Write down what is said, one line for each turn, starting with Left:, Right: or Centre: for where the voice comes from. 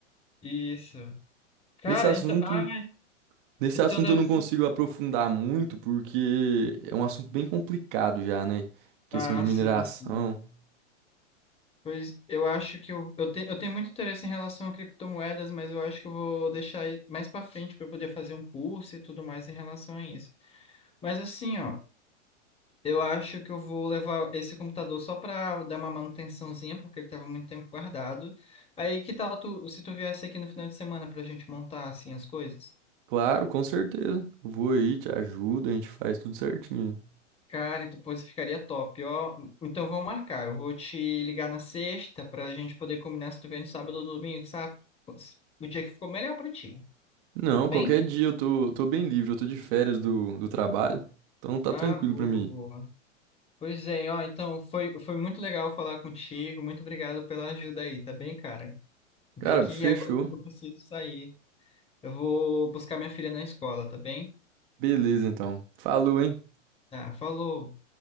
Left: isso. Cara,
Right: Nesse assunto,
Left: então, ah,
Right: nesse
Left: então
Right: assunto
Left: deve
Right: eu não
Left: ser.
Right: consigo aprofundar muito porque é um assunto bem complicado já, né? Questão
Left: Ah,
Right: de mineração.
Left: sim, sim. Pois eu acho que eu, eu, te, eu tenho muito interesse em relação a criptomoedas, mas eu acho que eu vou deixar aí mais para frente para poder fazer um curso e tudo mais em relação a isso. Mas assim, ó, eu acho que eu vou levar esse computador só para dar uma manutençãozinha, porque ele estava muito tempo guardado. Aí que tal tu, se tu viesse aqui no final de semana para a gente montar assim as coisas?
Right: Claro, com certeza. Vou aí, te ajudo, a gente faz tudo certinho.
Left: Cara, então, pô, isso ficaria top, ó. Então vamos marcar. Eu vou te ligar na sexta pra gente poder combinar se tu vem no sábado ou domingo, sabe? O dia que ficou melhor pra ti.
Right: Não,
Left: Tudo bem?
Right: qualquer dia eu tô, tô bem livre, eu tô de férias do, do trabalho, então tá
Left: Ah,
Right: tranquilo
Left: boa,
Right: pra mim.
Left: boa. Pois é, ó. Então foi, foi muito legal falar contigo. Muito obrigado pela ajuda aí, tá bem, cara?
Right: Cara,
Left: Tem que
Right: fechou.
Left: ir agora porque eu preciso sair. Eu vou buscar minha filha na escola, tá bem?
Right: Beleza, então. Falou, hein?
Left: Tá, falou.